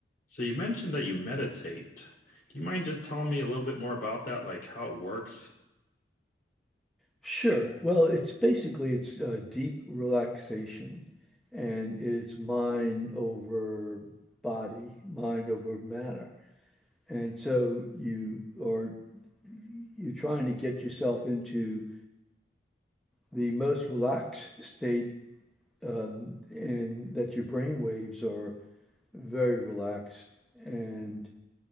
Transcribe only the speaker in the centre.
Sure. Well, it's basically it's uh, deep relaxation and it's mind over body, mind over matter. And so you are you're trying to get yourself into the most relaxed state um, and that your brain waves are very relaxed and